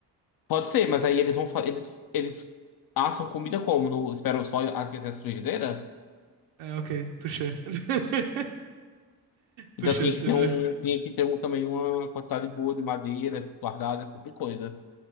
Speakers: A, on the left; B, on the right.
A: pode ser, mas aí eles vão. fa- Eles, eles assam comida como? No, esperam só aquecer as frigideiras?
B: É, ok, touché. <laughs> Touché,
A: Então tinha que
B: touché.
A: ter um, tinha que ter um, também uma quantidade boa de madeira guardada, esse tipo de coisa.